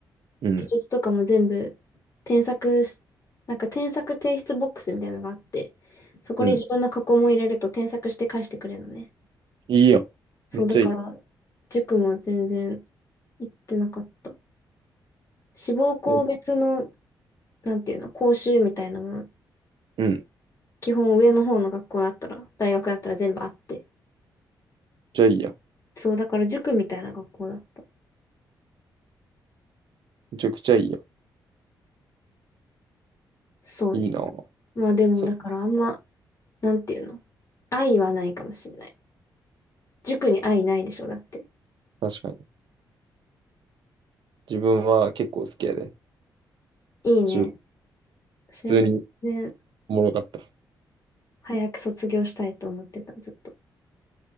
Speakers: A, on the right; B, on the left.
A: うん。
B: 記述とかも全部、添削し、なんか添削提出ボックスみたいなのがあって、そこに自分の過去問入れると添削して返してくれるのね。
A: うん。いいやん。
B: そう、
A: めっちゃいい。
B: だから、塾も全然行ってなかった。志望校別の、
A: いや
B: なんていうの、講習みたいなもの
A: うん。
B: 基本上の方の学校だったら、大学だったら全部あって。
A: じゃあいいやん。
B: そう、だから塾みたいな学校だった。
A: めちゃくちゃいいや
B: そうね。
A: ん。いいな。
B: まあでも、
A: そ
B: だからあんま、なんていうの愛はないかもしれない。塾に愛ないでしょ、だって。
A: 確かに。自分は結構好きやで。
B: いいね。
A: 中
B: 私はもう全然
A: 普通におもろかった。
B: 早く卒業したいと思ってた、ずっと。